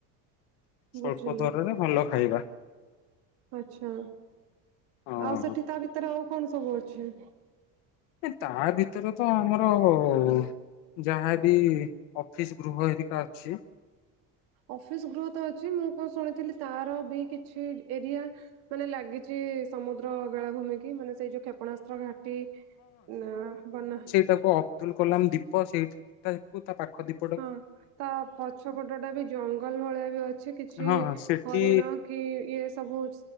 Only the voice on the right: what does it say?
ବୁଝିଲେ।
ଆଛା
ଆଉ ସେଠି ତା ଭିତରେ ଆଉ କଣ ସବୁ ଅଛି?
ଅଫିସ ଗ୍ରୋ ତ ଅଛି ମୁଁ କଣ ଶୁଣିଥିଲି ତାର ବି କିଛି ଏରିଆ ମାନେ ଲାଗିଛି ସମୁଦ୍ର ବେଳାଭୂମି କି ମାନେ ସେଇ ଯୋଉ କ୍ଷେପଣାସ୍ତ୍ର ଘା ଟି ନା ବନା
ହଁ ତା ପଛ ପଟ ଟା ବି ଜଙ୍ଗଲ ଭଳିଆ ବି ଅଛି କିଛି
ହରିଣ କି ଇ ଇଏ ସବୁ